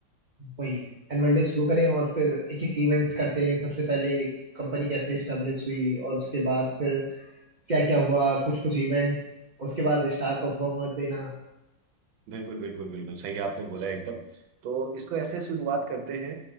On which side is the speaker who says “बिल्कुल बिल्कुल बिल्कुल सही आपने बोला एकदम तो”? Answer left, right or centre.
Right